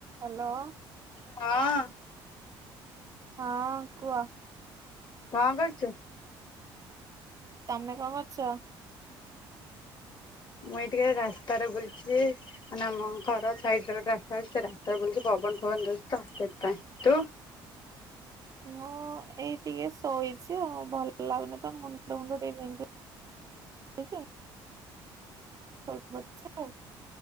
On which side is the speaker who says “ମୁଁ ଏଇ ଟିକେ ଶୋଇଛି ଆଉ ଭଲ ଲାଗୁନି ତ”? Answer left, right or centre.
Right